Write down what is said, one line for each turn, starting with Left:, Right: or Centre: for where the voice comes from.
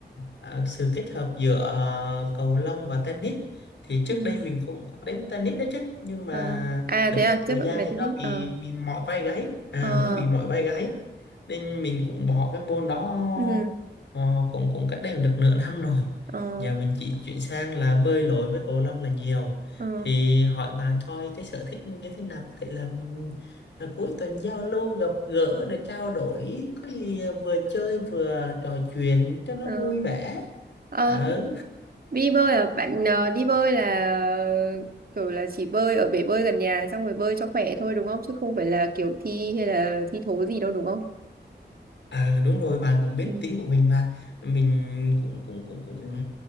Left: à, sự kết hợp giữa ờ, cầu lông và tennis. Thì trước
Right: Ừ.
Left: đây mình cũng có đánh tennis đó chứ, nhưng mà
Right: Ờ. à
Left: đến
Right: thế à
Left: một thời
Right: trước bạn
Left: gian
Right: cũng đánh
Left: thì
Right: tennis
Left: nó bị
Right: ờ
Left: bị mỏi vai gáy, à
Right: ờ
Left: nó bị mỏi vai gáy. Nên mình cũng bỏ cái môn đó
Right: ừ
Left: ờ, cũng cũng cách đây được nửa năm rồi.
Right: ờ
Left: Giờ mình chỉ chuyển sang là bơi lội với cầu lông là nhiều.
Right: ờ
Left: Thì hỏi bạn coi cái sở thích như thế nào có thể là mình À, cuối tuần giao lưu gặp gỡ để trao đổi có gì vừa chơi vừa trò chuyện cho nó
Right: ờ
Left: vui vẻ
Right: Ờ,
Left: ờ
Right: đi bơi à bạn ờ, đi bơi là kiểu là chỉ bơi ở bể bơi gần nhà xong rồi bơi cho khỏe thôi đúng không chứ không phải là kiểu thi hay là thi thố gì đâu đúng không
Left: Ờ, đúng rồi bà cũng biết
Right: ừ
Left: tính của mình mà mình cũng cũng cũng cũng